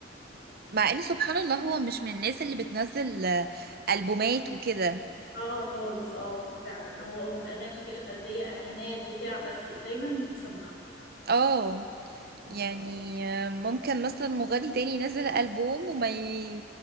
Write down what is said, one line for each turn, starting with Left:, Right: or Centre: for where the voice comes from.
Right: مع ان سبحان الله هو مش من الناس اللي بتنزل آه، ألبومات وكده
Left: اه خالص اه فعلا هو أغن- اغاني كده فرديه اعلانات بتاع بس دايما بتسمع
Right: اه
Left: اه
Right: يعني
Left: ما شاء الله
Right: آه، ممكن مثلا مغني تاني ينزل ألبوم وما ي...